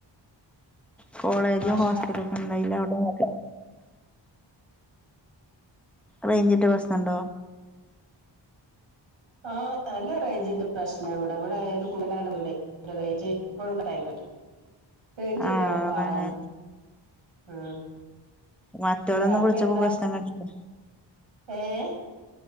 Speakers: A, in the centre; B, on the right (about 80°).
A: കോളേജും
B: മാഷാ
A: ഹോസ്റ്റലോക്കെ ണ്ടായിന്റവിടെറിയ റേഞ്ചിന്റെ പ്രശ്നണ്ടോ
B: ആഹ് നല്ല റേഞ്ചിന്റെ പ്രശ്ന ഇവിടെ ഇവിടെ ഒരു കുണ്ടിലാണല്ലോ വീട് റേഞ്ച് എപ്പോഴും കട്ടായികളിക്കും <unintelligible>
A: ആഹ്
B: പാടാണ്
A: അതാണ്
B: ഉം
A: മറ്റോരൊന്നും
B: ഇനി രാത്രി
A: വിളിച്ചപ്പോ
B: എന്താ
A: പ്രശ്നം കണ്ടില്ല
B: ഏഹ്